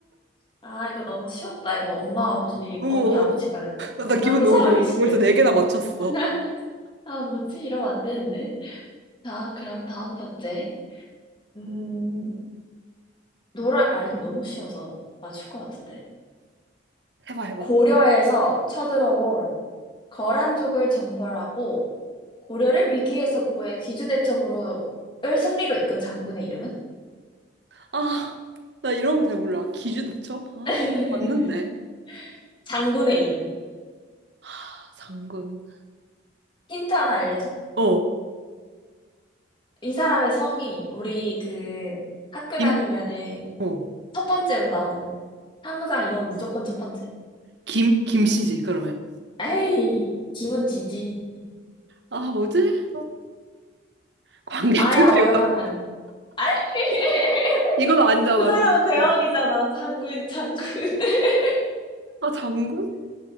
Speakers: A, on the left (about 25°); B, on the right (about 60°).
A: 아, 이거 너무 쉬웠다. 이거 엄마, 아버지,
B: 어어.
A: 어머니, 아버지가
B: 나,
A: 경상도
B: 나 기분 너무
A: 사람이시면.
B: 좋은데? 벌써 네 개나 맞췄어.
A: <laughs> 아, 뭐지? 이러면 안 되는데. 자, 그럼 다음 번째. 음, 노란, 아, 이거 너무 쉬워서 맞출 것 같은데.
B: 해봐, 해봐.
A: 고려에서 쳐들어온 거란족을 정벌하고 고려를 위기에서 구해 기주대첩으로을 승리로 이끈 장군의 이름은?
B: 아, 나 이런 거 잘 몰라. 기주대첩? 아,
A: <laughs>
B: 맞는데.
A: 장군의 이름.
B: 아, 장군.
A: 힌트 하나 알려줘.
B: 어.
A: 이 사람의 성이 우리 그 학교
B: 김?
A: 다니면은
B: 어.
A: 첫 번째로 나오는. 항상 이건 무조건 첫 번째.
B: 김? 김씨지, 그러면.
A: 에이, 기분 뒤지.
B: 아, 뭐지? 어. 광개토
A: 아야
B: 대왕.
A: 어여 하면. 아이, <laughs>
B: 이건 아니잖아,
A: 그 사람은
B: 광개토
A: 대왕이잖아.
B: 대왕.
A: 장군, 장군. <laughs>
B: 아, 장군?